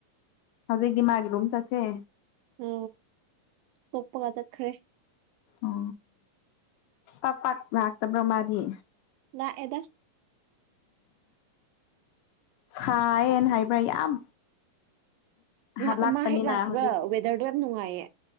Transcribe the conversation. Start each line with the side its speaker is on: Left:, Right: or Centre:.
Left: ꯍꯧꯖꯤꯛꯇꯤ ꯃꯥꯒꯤ ꯔꯨꯝ ꯆꯠꯈ꯭ꯔꯦ
Right: ꯎ ꯇꯣꯛꯄꯒ ꯆꯠꯈ꯭ꯔꯦ
Left: ꯎ ꯄꯥꯛ ꯄꯥꯛ ꯂꯥꯛꯇꯕ ꯃꯥꯗꯤ
Right: ꯂꯥꯛꯑꯦꯗꯥ
Left: ꯎ ꯁꯥꯏꯑꯦꯅ ꯍꯥꯏꯕ꯭ꯔꯥ ꯌꯥꯝ
Right: ꯉꯍꯥꯛ
Left: ꯍꯜꯂꯛꯄꯅꯤꯅ
Right: ꯃꯥ ꯍꯦꯛ ꯂꯥꯛꯄꯒ
Left: ꯍꯧꯖꯤꯛꯇꯤ
Right: ꯋꯦꯗꯔꯗꯣ ꯌꯥꯝ ꯅꯨꯡꯉꯥꯏꯌꯦ